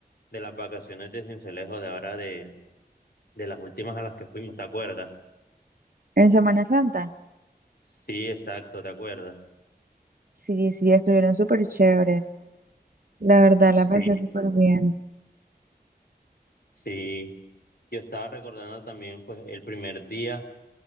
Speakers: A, on the left; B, on the right.
A: de las vacaciones de Sincelejo de ahora de, de las últimas a las que fuimos, ¿te acuerdas?
B: ¿En Semana Santa?
A: Sí, exacto, ¿te acuerdas?
B: Sí, sí, estuvieron súper chéveres. La verdad,
A: Sí.
B: la pasé súper bien.
A: Sí, yo estaba recordando también, pues, el primer día,